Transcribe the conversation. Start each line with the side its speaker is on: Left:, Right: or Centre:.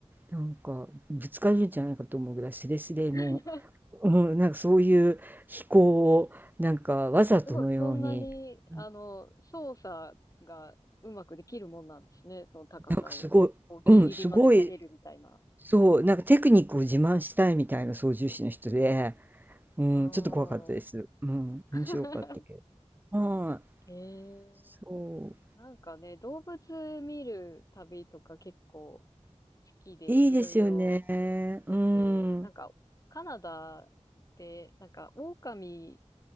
Right: なんかぶつかるんじゃないかと思うぐらいスレスレの、
Left: <laughs>
Right: うん、なんかそういう飛行をなんかわざとのように。
Left: すごい、そんなに、あの、
Right: う
Left: 操作がうまくできるもんなんですね。その高さを、
Right: なんかすごいうん、
Left: こうギリギリまで下げるみたいな。
Right: すごい、そう、なんかテクニックを自慢したいみたいな操縦士の人で、うん、
Left: あ
Right: ちょっと怖かったです。うん、
Left: あ。<laughs>
Right: 面白かったけど。は
Left: へえ。
Right: い、そ
Left: なんかね、動物見る旅とか結構好きでいろいろ行ってて、
Right: う。いいですよね。うん。
Left: なんかカナダで、なんか狼